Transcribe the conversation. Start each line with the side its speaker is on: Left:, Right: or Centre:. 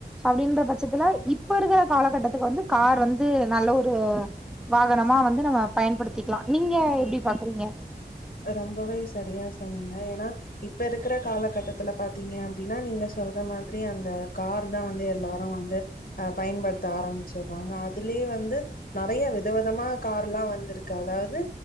Centre: அப்டின்ற பட்சத்துல இப்ப இருக்கற காலகட்டத்துக்கு வந்து கார் வந் து நல்ல ஒரு வாகனமா வந்து நம்ம பயன்படுத்திக்கலா நீங்க எப்பிடி பாக்குறீங்க
Left: ரொம்பவே சரியா சொன்னீங்க ஏன்னா இப்பருக் இருக்கற காலகட்டத்துல பாத்தீங்க அப்டின்னா நீங்க சொல்ற மாதிரி அந்த கார் தா வந்து எல்லாரு வந்து அ பயன்படுத்த ஆரம்மிச்சர்றாங்க அதுலயே வந்து நறைய விதவிதமா கார்ல்லா வந்துருக்கு அதாவது